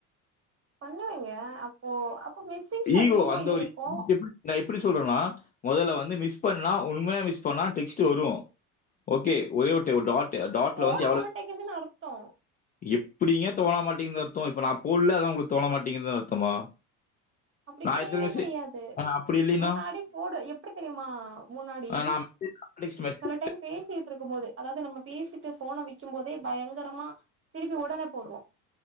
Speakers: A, on the right; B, on the left.
A: பண்ணுவேங்க அப்போ மிஸ்ஸிங்ஸ் அதிகமா
B: ஈகோ அந்த
A: இருக்கு
B: ஒரு நா எப்படி சொல்றேன்னா முதல்ல வந்து மிஸ் பண்ணா உண்மையா மிஸ் பண்ணா டெக்ஸ்ட்டு வரும் ஓகே ஒரே ஒரு ஒரு டாட் டாட்ல
A: தோண
B: வந்து எவ்வளவு
A: மாட்டேங்குதுன்னு அர்த்தம்
B: எப்படிங்க தோண மாட்டேங்குது அர்த்தம் இப்ப நான் போடல அதான் உங்களுக்கு தோண மாட்டேங்குதுன்னு அர்த்தமா
A: அப்டி
B: நான்
A: கெடயவே
B: எத்தன மெசேஜ்
A: கெடையாது
B: ஆ அப்படி இல்லைன்னா?
A: முன்னாடி போடு எப்டி தெரியுமா முன்னாடி
B: ஆ நான் மெசேஜ் டெக்ஸ்ட் மெசேஜ்
A: சில டைம் பேசிட்டு இருக்கும் போது அதாது நம்ம பேசிட்டு போனை வக்கும் போதே பயங்கரமா திருப்பி உடனே போடுவோ